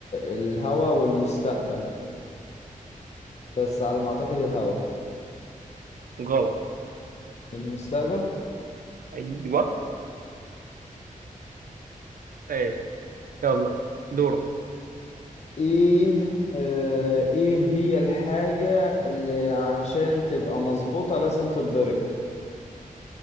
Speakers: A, on the left; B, on the right.
A: الهوا والمستقبل بس على ما اعتقد الهوا
B: غلط
A: المستقبل
B: ايوه ماشي يلا دورك
A: ايه آه ايه هي الحاجة اللي عشان تبقى مظبوطة لازم تتضرب